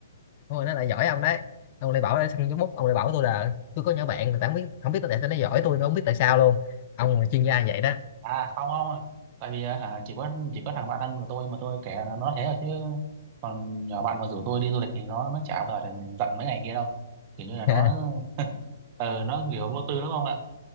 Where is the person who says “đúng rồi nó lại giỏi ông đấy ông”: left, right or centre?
Left